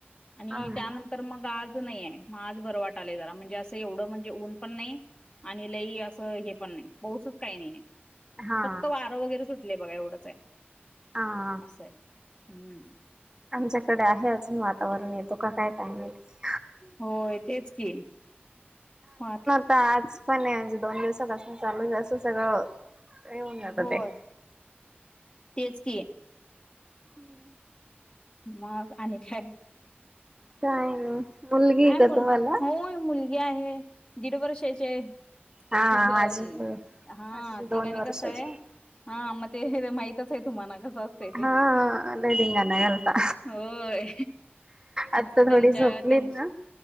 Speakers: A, on the left (about 25°); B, on the right (about 20°).
A: आणि
B: हा.
A: त्यानंतर मग आज नाही आहे, मग आज बरं वाटाले जरा, म्हणजे असं एवढं म्हणजे ऊन पण नाही आणि लई असं हे पण नाही पाऊसच काही नाहीये.
B: हा
A: फक्त वारं वगैरे सुटलेय बघा एवढंच आहे
B: हा
A: असं आहे. हम्म.
B: आमच्याकडे आहे अजून वातावरण येतो का काय काय माहिती?
A: होय तेच की. मग आ
B: ता आज पण आहे म्हणजे दोन दिवसापासनं चालू आहे असं सगळं येऊन जात
A: होय
B: ते
A: तेच की.
B: हम्म.
A: मग आणि काय?
B: काय नाही मुलगीय
A: काय
B: का
A: मुल
B: तुम्हाला?
A: होय मुल गी आहे दीड वर्षाची आहे.
B: हा
A: तिज न
B: माझी माझी
A: हा
B: दोन
A: ठिकाणी
B: वर्षाची
A: कसंय हा मग ते माहितच आहे तुम्हाला कसं असते
B: हा लय धिंगाणा घालता
A: होय
B: आत्ता
A: मस्त त्यांच्या
B: थोडी झोपली
A: त्यांची
B: ना